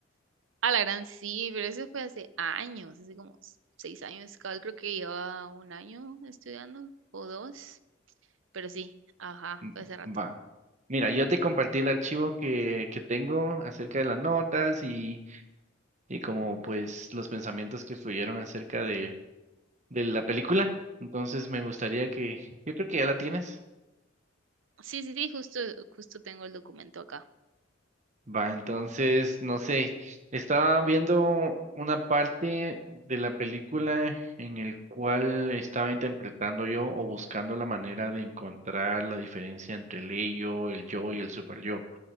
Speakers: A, on the right; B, on the right.
A: A la gran sí, pero eso fue hace años, hace como seis años. Cabal, creo que llevaba un año estudiando o dos, pero sí, ajá,
B: Mm,
A: fue hace rato.
B: Va. Mira, yo te compartí el archivo que, que tengo acerca de las notas y, y como pues los pensamientos que fluyeron acerca de, de la película. Entonces me gustaría que, yo creo que ya la tienes.
A: Sí, sí, sí, justo, justo tengo el documento acá.
B: Va, entonces, no sé, estaba viendo una parte de la película en el cual estaba interpretando yo o buscando la manera de encontrar la diferencia entre el ello, el yo y el super yo.